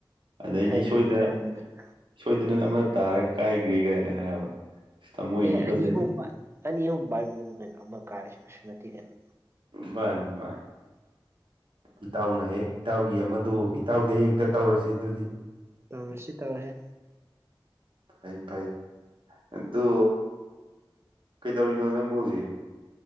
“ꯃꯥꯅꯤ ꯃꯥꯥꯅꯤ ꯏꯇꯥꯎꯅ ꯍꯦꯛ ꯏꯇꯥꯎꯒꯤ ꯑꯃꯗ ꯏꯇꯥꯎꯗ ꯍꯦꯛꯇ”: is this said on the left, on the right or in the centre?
Right